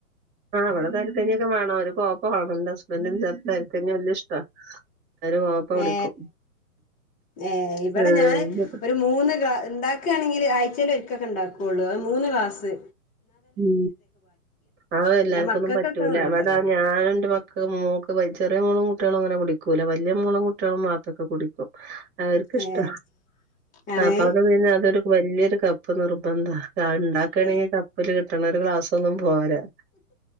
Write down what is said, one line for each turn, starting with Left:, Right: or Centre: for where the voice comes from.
Right: ആ് അവിടെ തരിക്കഞ്ഞൊക്കെ വേണം ഒരു കോഴപ്പ വേണം എന്റെ ഹസ്ബൻഡ ചേർ തരിക്കഞ്ഞി വല്ല ഇഷ്ടാ ഒരു കോപ്പ കുടിക്കും
Left: ഏ ഏ ഇവിടെ
Right: ആഹ്
Left: ഞാന് ഒരു മൂന്ന് ഗ്ലാ ഉണ്ടാക്കുകയാണെങ്കിൽ ആയ്ച്ചൽ ഒരിക്കൊക്കെ ഉണ്ടാക്കുള്ളൂ മൂന്ന്ക്ാസ്
Right: ഉ അവ എല്ലാർക്കുന്നും
Left: ഇങ്ങടെ മക്കൾക്കൊക്കെ
Right: പറ്റൂല
Left: വേണ്ടല്ലോ
Right: അവിട ഞാന എൻന്റെ മ ക്ക് ചെറിയ മോളം കുട്ടികളും അങ്ങനെ കുടിക്കൂല വലിയ മോളം കുട്ടികളും മാപ്പൊക്കെ കുടിക്കും അവർക്ക്ിഷ്ട
Left: ഏഹ് ആണ്
Right: അപ്പൊ അത്ന്നാ അതൊരു വലിയൊരു കപ്പ് നിർബന്ധാ ഉണ്ടാക്കയാണെങ്കിൽ
Left: ഏ
Right: കപ്പില് കിട്ടണ ഒരു ക്ലാസ്സ ഒന്നും പോരാ